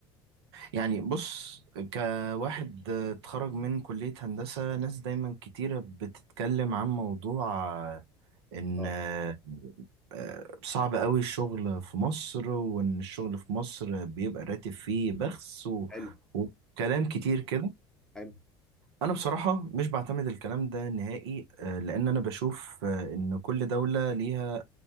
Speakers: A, on the right; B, in the centre.
A: يعني بص كواحد اتخرج من كلية هندسة ناس دايما كتيرة بتتكلم عن موضوع آه، إن
B: اه
A: آه، آه، صعب قوي الشغل في مصر وإن الشغل في مصر بيبقى الراتب فيه بخس و...
B: حلو
A: وكلام كتير كده
B: حلو
A: أنا بصراحة مش بعتمد الكلام ده نهائي آه، لأن أنا بشوف آه، إن كل دولة ليها